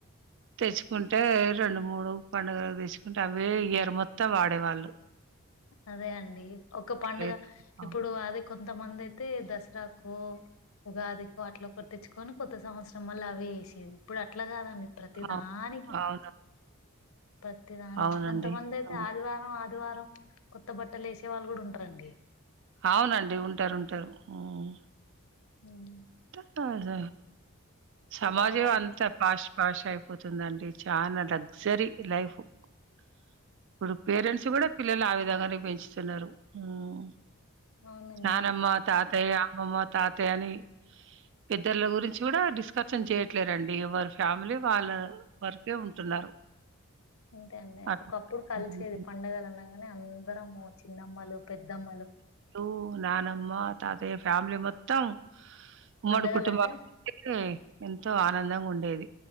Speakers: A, on the right (about 55°); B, on the left (about 70°).
A: తెచ్చుకుంటే రెండు, మూడు పండుగ తెచ్చుకుంటే. అవే ఇయర్ మొత్తం వాడేవాళ్ళు.
B: అదే అండి ఒక్క పండుగ
A: లేదు. అవును.
B: ఇప్పుడు అది కొంతమంది. అయితే దసరాకో, ఉగాదికో అట్లా ఒకటి తెచ్చుకొని కొత్త సంవత్సరం మళ్ళా అవి వేసేది ఇప్పుడు అట్లా కాదండి. ప్రతి
A: అవు
B: దానికి.
A: అవును.
B: ప్రతిదానికి.
A: అవునండి.
B: కొంతమంది అయితే
A: అవును.
B: ఆదివారం, ఆదివారం. కొత్త బట్టలు ఏసే వాళ్ళు కూడా ఉంటారండి.
A: అవునండి ఉంటారు, ఉంటారు ఊహ్.
B: హుహ్మ్
A: స స సమాజం
B: మారిపో
A: అంత పాష్ పాష్ అయిపోతుందండి చానా లగ్జరీ లైఫ్ ఇప్పుడు పేరెంట్స్ కూడా పిల్లలు ఆ విధంగానే పెంచుతున్నారు ఆమ్
B: అవునండి
A: నానమ్మ తాత అత్తయ్య అమ్మమ్మ తాతయ్య అని పెద్దర్ల గురించి కూడా డిస్కషన్ చేయట్లేరండి ఎవరి ఫ్యామిలీ వాళ్ళ వరకే ఉంటున్నారు
B: ఉంతే అండి
A: అట్లా.
B: ఒకప్పుడు కలిసేది పండగలు అన్నాగానే అందరము చిన్నమ్మలు పెద్దమ్మలు
A: ఉమ్ నానమ్మ తాతయ్య ఫ్యామిలీ మొత్తం ఉమ్మడు
B: పండగలంటే
A: కుటుంబ ఎంత ఎంతో ఆనందంగా ఉండేది